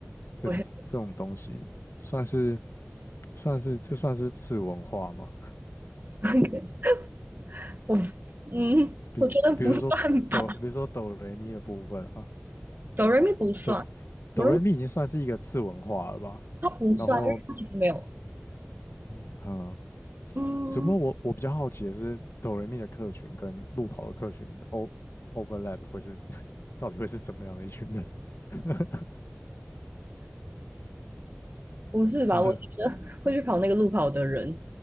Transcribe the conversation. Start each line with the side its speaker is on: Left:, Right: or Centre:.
Left: 这种这种东西，
Right: 我也
Left: 算是算是这算是次文化吗？
Right: <laughs> 我嗯，
Left: 比比如说哆，
Right: 我觉得不算吧，
Left: 比如说哆来咪的部分啊，
Right: 哆瑞咪不算，
Left: 哆哆来咪已经算是一个次文化了吧？
Right: 哆瑞咪它不算，
Left: 然后
Right: 因为它其实没有，
Left: 嗯啊、呃
Right: 嗯，
Left: 只不过我我比较好奇的是哆来咪的客群跟路跑的客群的 o overlap 会是 <laughs> 到底会是怎么样的一群人？<laughs>
Right: 不是吧？
Left: 真的。
Right: 我觉得会去跑那个路跑的人，